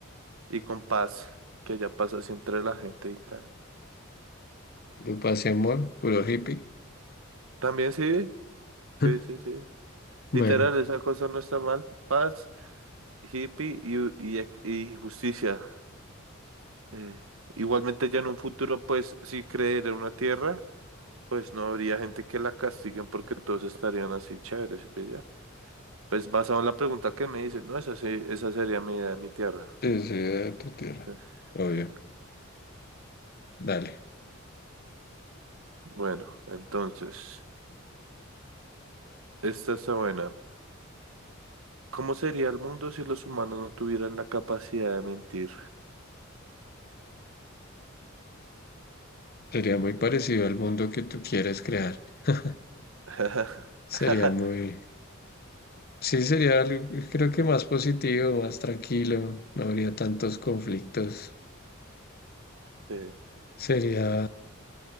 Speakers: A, on the right (about 80°); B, on the left (about 50°).
A: y con paz, que ya pasa así entre la gente y tal.
B: ¿Puro paz y amor? ¿Puro hippie?
A: También sí,
B: <laughs>
A: sí, sí, sí.
B: Bueno,
A: Literal, esa cosa no está mal. Paz, hippie y, u- y, ec- y justicia. Eh, igualmente ya en un futuro, pues, si creer en una tierra, pues no habría gente que la castiguen porque todos estarían así chéveres ¿sí pilla? Pues basado en la pregunta que me dices, no, esa sí, esa sería mi idea de mi tierra.
B: ese de tu tierra.
A: Eh,
B: Obvio.
A: eh.
B: Dale.
A: Bueno, entonces, esta está buena. ¿Cómo sería el mundo si los humanos no tuvieran la capacidad de mentir?
B: Sería muy parecido al mundo que tú quieres crear. <laughs>
A: <laughs>
B: Sería muy... Sí, sería algo, creo que más positivo, más tranquilo, no habría tantos conflictos.
A: Sí,
B: Sería...